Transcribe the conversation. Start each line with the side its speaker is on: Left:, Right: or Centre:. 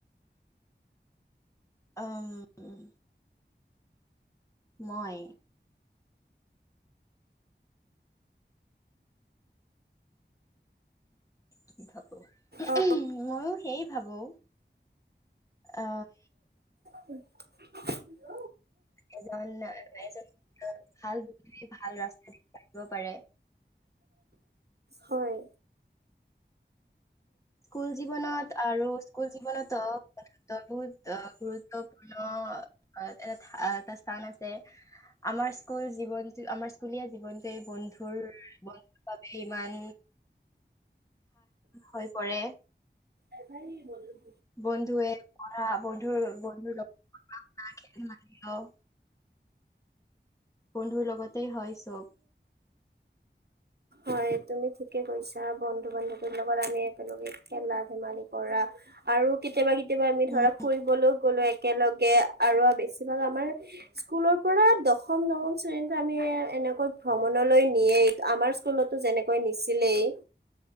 Left: আ উম মই কি ভাৱ উমহ
Right: অ
Left: হো ময়ো সেই ভাবো আহ
Right: <unintelligible>
Left: এজন এজন অ ভাল বন্ধুৱে ভাল ৰাস্তা দেখুৱাই দিব পাৰে
Right: হয়।
Left: স্কুল জীৱনত আৰু স্কুল জীৱনতো বহুত গুৰুত্বপূৰ্ণ এটা এটা স্থান আছে আমাৰ স্কুল জীৱন আমাৰ স্কুলীয়া জীৱন যে এই বন্ধুৰ বন্ধু ইমান ভাল হয়
Right: এভাৰী বলো
Left: বন্ধুৱে পৰা বন্ধুৰ বন্ধুৰ লগত মাৰ <unintelligible> বন্ধুৰ লগতে হয় চব
Right: হয় তুমি ঠিকে কৈছা বন্ধু বান্ধৱীৰ লগত আমি একেলগে খেলা ধেমালি কৰা আৰু কেতিয়াবা কে কেতিয়াবা আমি ধৰা
Left: উম
Right: ফুৰিবলৈও গ'লে একেলগে আৰু বেছিভাগ আমাৰ স্কুলৰ পৰা দশম, নৱম শ্ৰেণীটো আমি এনেকৈ ভ্ৰমণলৈ নিয়ে। আমাৰ স্কুলতো যেনেকৈ নিছিলেই